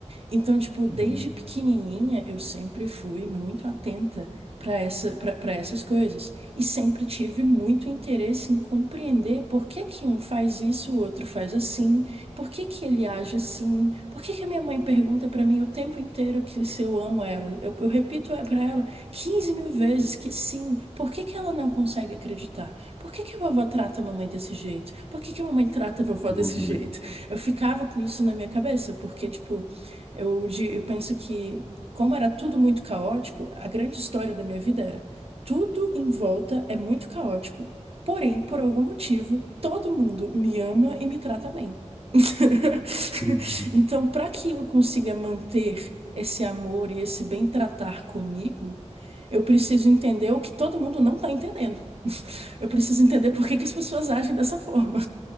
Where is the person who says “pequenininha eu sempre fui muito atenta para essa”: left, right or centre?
Right